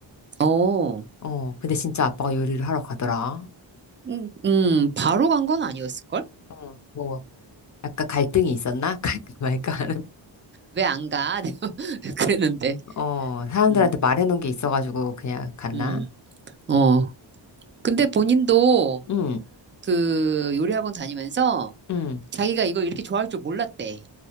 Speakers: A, on the right (about 30°); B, on the left (about 40°).
A: 어,
B: 어, 근데 진짜 아빠가 요리를 하러 가더라.
A: 음, 음, 바로 간 건 아니었을걸?
B: 어, 뭐, 약간 갈등이 있었나? <laughs> 갈까 말까 하는.
A: 왜 안 가? <laughs> 그랬는데.
B: 어, 사람들한테
A: 음,
B: 말해놓은 게 있어가지고 그냥 갔나?
A: 음, 어. 근데 본인도
B: 응,
A: 그 요리학원 다니면서
B: 응.
A: 자기가 이걸 이렇게 좋아할 줄 몰랐대.